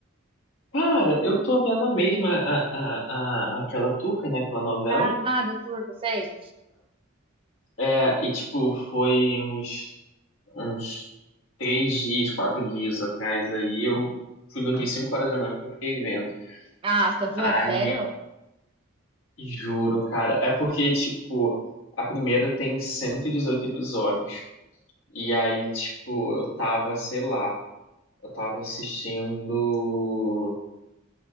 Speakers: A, on the left; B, on the right.
A: Cara, eu tô vendo a mesma, a, a, a, aquela turca, né? Aquela novela.
B: Ah, doutor, você?
A: É, e tipo, foi uns, uns três dias, quatro dias atrás aí, eu fui dormir cinco horas da manhã porque eu fiquei vendo.
B: Ah, você tá zoando?
A: Aí,
B: Sério?
A: juro, cara, é porque, tipo, a primeira tem 118 episódios. E aí, tipo, eu tava, sei lá, eu tava assistindo.